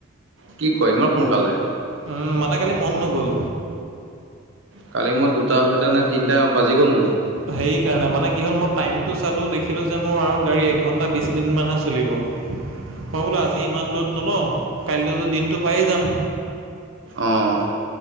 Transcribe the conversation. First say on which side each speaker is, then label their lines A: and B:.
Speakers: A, on the right (about 65°); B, on the right (about 80°).
A: কি কয় ইমান সোনকালে।
B: উম, মানে কালি মন নগ'ল।
A: কালি মই দুটা সৈতে নে তিনিটা বাজি গ'ল মোৰ।
B: সেই কাৰণে মানে কি হ'ল মই টাইমটো চালোঁ, দেখিলোঁ যে মোৰ আৰু গাড়ী একঘন্টা বিশ মিনতমান মান হে চলিব, মই বোলো আজি ইমান ল'ড নলওঁ কাইলৈতো দিনটো পায়েই যাম।
A: অহ।